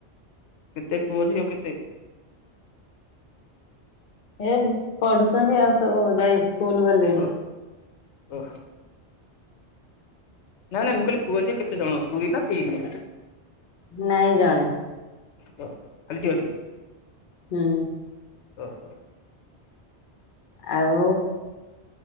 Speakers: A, on the left (about 80°); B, on the left (about 50°).
A: କେତେ ପୁଅ ଝିଅ କେତେ?
B: ଏ ପଢୁଛନ୍ତି ଆଉ ସବୁ ଯାଇ ସ୍କୁଲ ଗଲେଣି
A: ଓ ଓ। ନାଇଁ ନାଇ ମୁଁ କହିଲେ ପୁଅ ଝିଅ କେତେ ଜଣ ଦୁଇ ନା ତିନି?
B: ନାଇଁ ଜଣେ।
A: ଖାଲି ଝିଅଟି।
B: ହୁଁ।
A: ଓ ହୋ।
B: ଆଉ